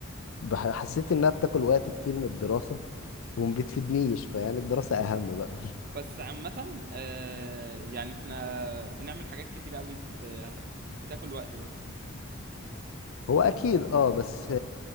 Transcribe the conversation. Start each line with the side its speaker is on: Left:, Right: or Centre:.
Left: حسيت انها بتاكل وقت كتير من الدراسه وما بتفيدنيش فيعني الدراسه اهم بقى
Right: بس عامه آه، يعني احنا بنعمل حاجات كتير قوي بت- بتاكل وقت برضه
Left: هو اكيد اه بس